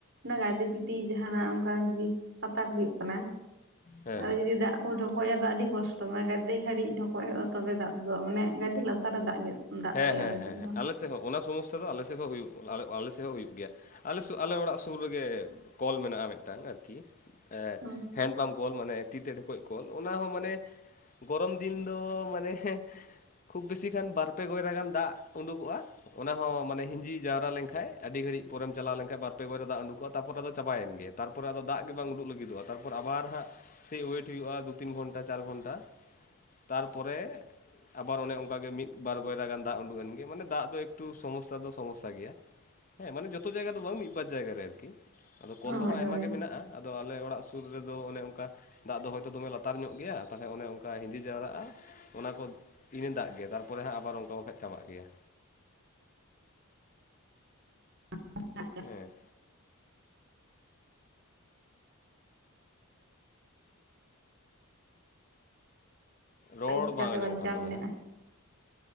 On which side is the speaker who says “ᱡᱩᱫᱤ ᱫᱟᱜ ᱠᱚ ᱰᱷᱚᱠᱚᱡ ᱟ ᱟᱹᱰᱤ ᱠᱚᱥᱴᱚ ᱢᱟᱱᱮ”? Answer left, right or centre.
Right